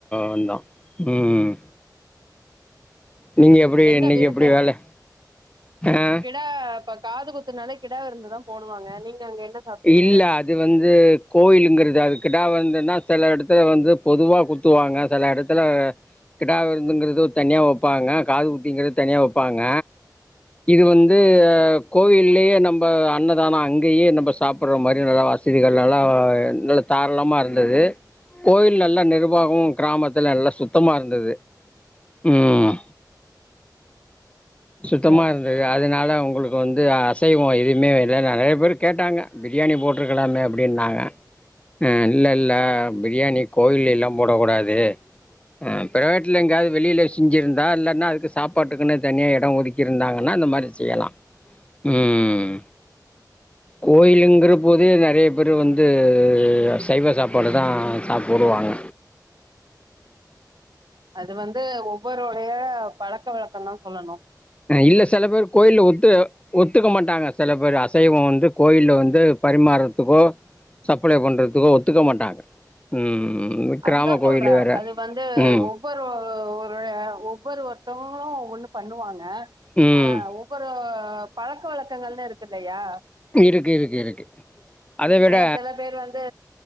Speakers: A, on the left; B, on the right.
A: வந்தோ ம் நீங்க எப்டி
B: என்ன
A: இன்னைக்கி
B: விருந்து
A: எப்டி வேல ஆ
B: க இப்ப காது குத்துனாலே கிடா விருந்துதா போடுவாங்க நீங்க அங்க என்ன சாப்ட்டீங்க
A: இல்ல அது வந்து கோயிலுங்கிறது அது கிடா வந்துன்னா செல இடத்துல வந்து பொதுவா குத் துவாங்க செல எடத்துல கிடா விருந்துங்கிறது ஒரு தனியா வெப்பாங்க காது குத்திங்கிறது தனியா வெப்பாங்க இது வந்து கோவில்லயே நம்ப அன்னதானோ அங்கேயே நம்ப சாப்புட்ற மாரி நல்லா வசதிகள் எல்லா நல்லா தாராளமா இருந்தது கோயில்லல்லா நிர்வாகமு கிராமத்துல நல்லா சுத்தமா இருந்தது ம் சுத்தமா
B: சரி
A: இருந்தது
B: சரி
A: அது னால உங்களுக்கு வந்து அசைவோ எதுவுமே இல்ல நெறைய பேர் கேட்டாங்க பிரியாணி போட் போட்ருக்கலாமே அப்டின்னாங்க அ இல்லல்ல பிரியாணி கோயில்லெல்லா போடகூடாது அ ப்ரைவேட்ல எங்யாது வெளில செஞ்சிருந்தா இல்லன்னா அதுக்கு சாப்பாட்டுக்குன்னு தனியா எ டோ ஒதுக்கிருந்தாங்கன்னா அந்த மாரி செய்யலா ம் கோயிலுங்கற போதே நெறய பேரு வந்து சைவ சாப்பாடு தா சாப்புடுவாங்
B: அது வந்து ஒவ்வறோடைய பழக்க வழக்கந்தா சொல்லணு
A: இல்ல செல பேரு கோயில்ல ஒத்து ஒத் துக்க மாட்டாங்க செல பேரு அசைவோ வந்து கோயில்ல வந்து பரிமாரத்துக்கோ சப்ளே பண்றதுக்கு ஒத்துக்க மாட்டாங்க ம்
B: அதுதான்
A: கிராம கோயிலு
B: சொல்றேன்
A: வேற
B: அது வந்து
A: ம்
B: ஒவ்வொரு ஒரு ஒவ்வொரு ஒருத்தவங்களு ஒவ்வொன்னு பண்ணுவாங்க
A: ம்
B: ஆ ஒவ்வொரு பழக்க வழக்கங்கள்னுருக்கில்லயா
A: இருக்கு இருக்கு இருக்கு அத விட
B: ஏனா சில பேர் வந்து